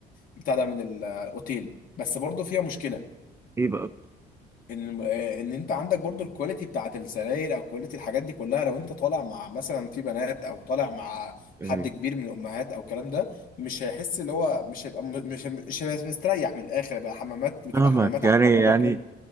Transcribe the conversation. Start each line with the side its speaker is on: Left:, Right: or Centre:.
Left: بتاع ده من ال- الاوتيل بس برضه فيها مشكله
Right: ايه بقى
Left: ان ان انت عندك برضه الكواليتي بتاعت السراير او كواليتي الحاجات دي كلها لو انت طالع مع مثلا في بنات او طالع مع
Right: إيه.
Left: حد كبير من الامهات او الكلام ده مش هيحس اللي هو مش هيبقى مش مش هيبقى مستريح من الاخر بقى حمامات بتبقى
Right: فاهمك
Left: حمامات
Right: يعني
Left: عامه بره
Right: يعني
Left: كده